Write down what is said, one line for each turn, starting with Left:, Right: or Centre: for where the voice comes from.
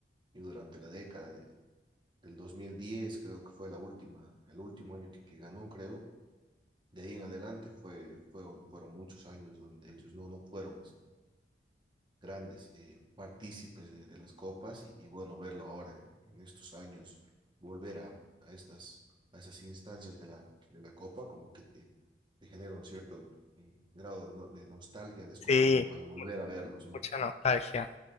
Right: y durante la década del, del 2010 creo que fue la última, el último año que, que ganó, creo. De ahí en adelante fue, fue, fueron muchos años donde ellos no, no fueron este, grandes eh, partícipes de, de las copas y, y bueno, verlo ahora eh, en estos años, volver a, a estas, a esas instancias de la, de la copa, como que te, te genera un cierto eh, grado de, no- de nostalgia al, escuch-
Left: Sí,
Right: al, al volver a verlos, ¿no?
Left: mucha nostalgia,